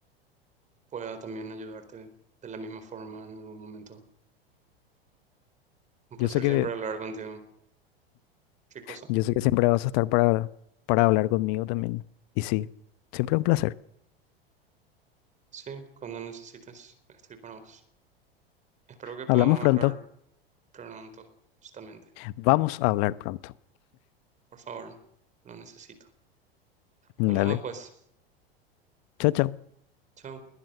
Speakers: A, on the right (about 25°); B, on the left (about 45°).
A: pueda también ayudarte de la misma forma en algún momento Un placer
B: Yo sé que
A: siempre hablar contigo. ¿Qué cosa?
B: Yo sé que siempre vas a estar para, para hablar conmigo también. Y sí, siempre un placer.
A: Sí, cuando necesites, estoy para vos. Espero que podamos
B: Hablamos pronto.
A: hablar pronto, justamente.
B: Vamos a hablar pronto.
A: Por favor, lo necesito.
B: Dale.
A: Hablamos después.
B: Chao, chao.
A: Chao.